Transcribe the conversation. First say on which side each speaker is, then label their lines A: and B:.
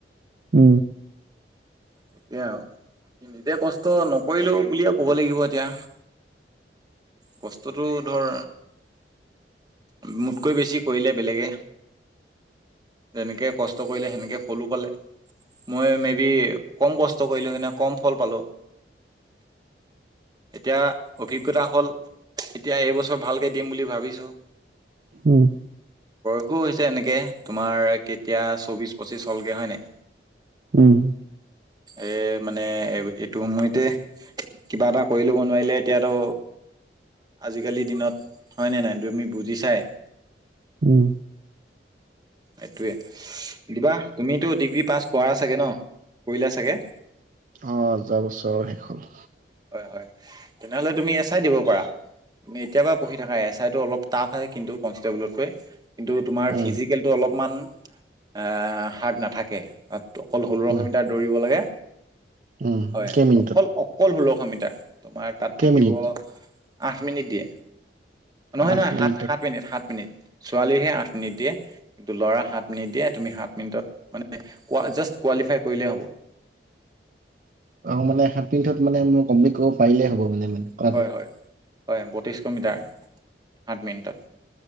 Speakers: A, on the right (about 50°); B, on the right (about 25°).
A: উ
B: উ এয়া আৰু বাকী নিজে কষ্ট নকৰিলো বুলিয়ে ক'ব লাগিব এতিয়া কষ্টটো ধৰ মোতকৈ বেছি কৰিলে বেলেগে যেনেকে কষ্ট কৰিলে সেনেকে ফলো পালে মই মে বি কম কষ্ট কৰিলোঁ কিনে কম ফল পালোঁ এতিয়া অভিজ্ঞতা হ'ল এতিয়া এইবছৰ ভালকৈ দিম বুলি ভাবিছোঁ
A: উম
B: শো হৈছে এনেকে তোমাৰ কেতিয়া চৌবিশ পঁচিশ হলগে হয় নাই
A: উম
B: এ মানে এইটো সময়তে কিবা এটা কৰি ল'ব নোৱাৰিলে এতিয়াতো আজিকালি দিনত হয়নে নাই তুমি বুজি চাই
A: উম
B: এইটোৱেই দিবা তুমিতো ডিগ্ৰী পাছ কৰা চাগে ন কৰিলা চাগে
A: অ যোৱা বছৰৰ শেষ হ'ল
B: হয় হয় তেনেহলে তুমি এছ আই দিব পাৰা তুমি এতিয়া <unintelligible> পঢ়ি থাকা এছ আই টো অলপ টাফ আহ কিন্তু কনষ্টেবলতকৈ কিন্তু তোমাৰ
A: উম
B: ফিজিকেলটো অলপ অকমান এ হাৰ্ড নাথাকে অকল হৰু
A: উম
B: মিটাৰ দৌৰিব লাগে
A: উম
B: হয়
A: কেইমিনিটত
B: অকল অকল ষোল্লশ মিটাৰ তোমাৰ তাত
A: কেইমিনিট
B: থাকিব আঠ মিনিট দিয়ে নহয়
A: আঠ
B: নহয়
A: মিনিটত
B: সাত সাত মিনিট সাত মিনিট ছোৱালীহে আঠ মিনিট দিয়ে কিন্তু ল'ৰা সাত মিনিট দিয়ে তুমি সাত মিনিটত মানে জাষ্ট কোৱালিফাই কৰিলে হ'ব
A: অ মানে সাত মিনিটত মানে মই কমপ্লিট কৰিব পাৰিলে হ'ব মানে মানে কথাটো
B: হয় হয় হয় বত্ৰিছশ মিটাৰ আঠ মিনিটত